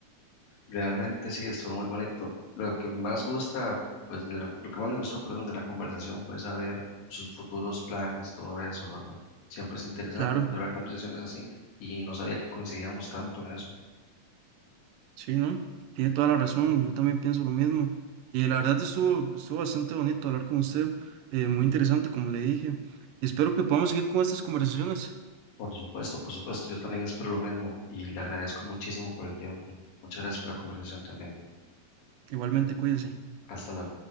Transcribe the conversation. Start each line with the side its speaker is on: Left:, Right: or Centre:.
Left: Realmente sí, estuvo muy bonito. Lo que más gusta, pues de la- lo que más me gustó, perdón, de la conversación fue saber sus futuros planes, todo eso, ¿verdad? Siempre es interesante
Right: Claro.
Left: entablar conversaciones así y no sabía que coincidíamos tanto en eso.
Right: Sí, ¿no? Tiene toda la razón, yo también pienso lo mismo. Y la verdad estuvo, estuvo bastante bonito hablar con usted, eh, muy interesante, como le dije. Y espero que podamos seguir con estas conversaciones.
Left: Por supuesto, por supuesto, yo también espero lo mismo y le agradezco muchísimo por el tiempo. Muchas gracias por la conversación también.
Right: Igualmente, cuídese.
Left: Hasta luego.